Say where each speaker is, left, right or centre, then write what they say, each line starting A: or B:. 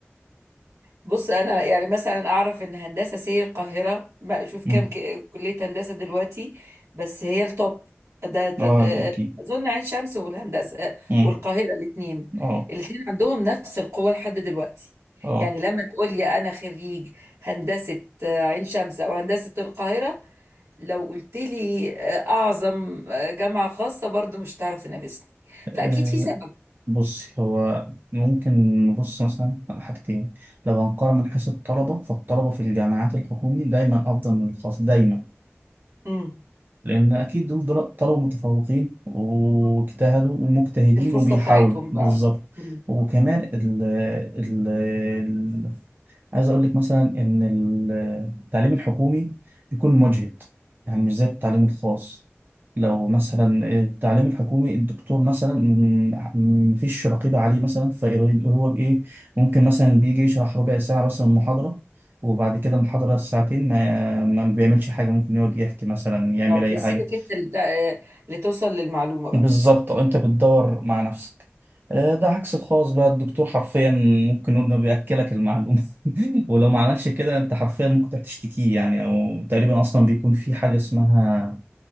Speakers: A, on the right; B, on the right.
A: بص انا يعني مثلا اعرف ان هندسة سي القاهرة ما اشوف
B: مم.
A: كام ك- كلية هندسة دلوقتي بس هي التوب ده ده-
B: اه
A: آه،
B: ده اكيد
A: اظن عين شمس والهندسة آه،
B: مم.
A: والقاهرة الاثنين
B: اه
A: الاثنين عندهم نفس القوة لحد دلوقتي
B: اه
A: يعني لما تقول لي انا خريج هندسة آه، عين شمس او هندسة القاهرة لو قلت لي آه، اعظم آه، جامعة خاصة برضو مش هتعرف تنافسني
B: آه،
A: فاكيد في سبب
B: بصي هو ممكن نبص مثلا على حاجتين لو هنقارن من حيث الطلبه فالطلبه في الجامعات الحكومي دايما افضل من الخاص دايما
A: امم
B: لأن أكيد دول دول طلبة متفوقين واجتهدوا ومجتهدين
A: الفرصة
B: وبيحاولوا
A: بتاعتهم بقى
B: بالظبط
A: امم
B: وكمان ال ال ال- عايز أقول لك مثلا إن ال- التعليم الحكومي بيكون مجهد يعني مش زي التعليم الخاص لو مثلا التعليم الحكومي الدكتور مثلا م- م- مفيش رقيبة عليه مثلا فهو بإيه ممكن مثلا بيجي يشرح ربع ساعة مثلا محاضرة وبعد كده المحاضرة الساعتين ما, ما بيعملش حاجة ممكن يقعد يحكي مثلا يعمل
A: اه في
B: أي
A: سيبك
B: حاجة
A: انت اللي تع- آه، اللي توصل للمعلومة بقى
B: بالظبط أنت بتدور مع نفسك آه، ده عكس الخاص بقى الدكتور حرفيا ممكن نقول إنه بيأكلك المعلومة <laughs> ولو ما عملش كده أنت حرفيا ممكن تروح تشتكيه يعني أو تقريبا أصلا بيكون في حاجة اسمها